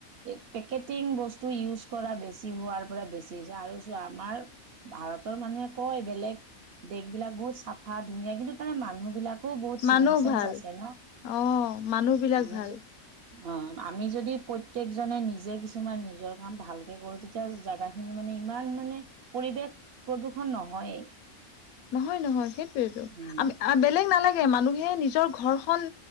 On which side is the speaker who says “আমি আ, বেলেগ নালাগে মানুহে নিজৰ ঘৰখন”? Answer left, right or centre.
Left